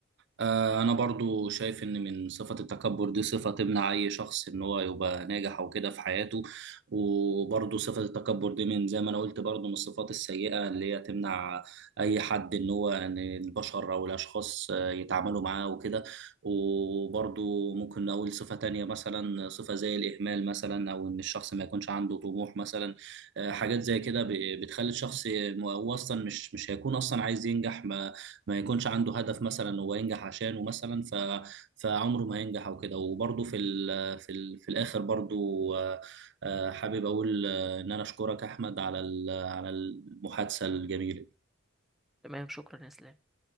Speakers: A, on the right; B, in the centre.
A: آه، أنا برضو شايف إن من صفة التكبر دي صفة تمنع أي شخص إن هو يبقى ناجح أو كده في حياته وبرضو صفة التكبر دي من زي ما أنا قلت برضو من الصفات السيئة اللي هي تمنع أي حد إن هو إن البشر أو الأشخاص آه، يتعاملوا معاه وكده وبرضو ممكن نقول صفة تانية مثلا صفة زي الإهمال مثلا أو إن الشخص ما يكونش عنده طموح مثلا آه، حاجات زي كده ب- بتخلي الشخص هو أصلا مش مش هيكون أصلا عايز ينجح ما ما يكونش عنده هدف مثلا هو ينجح عشانه مثلا ف... فعمره ما ينجح او كده وبرضه في ال... في ال... في الاخر برضه آه، آه، حابب اقول آه، ان انا اشكرك احمد على ال... على المحادثة الجميلة
B: تمام شكرا يا اسلام